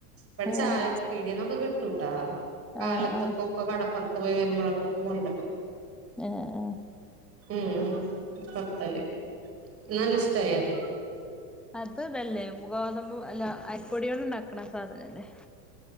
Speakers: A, on the right (about 30°); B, in the centre.
A: ഇവിടെ
B: ആഹ്
A: ചായ പീടിയന്നൊക്കെ കി ട്ടുട്ടാ കാലത്തക്ക്
B: ആഹ് ആഹ്
A: പുറത്ത് പോയി വരുമ്പോഴക്കെ ഉപ്പ കൊണ്ട് വരും
B: ആഹ് ആഹ്
A: ഉം ഉം പത്തല് നല്ല ഇഷ്ടായി അത്
B: അത് ഇത്‌ല്ലേ ഗോതമ്പു അല്ല അരിപ്പൊടികൊണ്ട് ഉണ്ടാക്കണ സാധനല്ലേ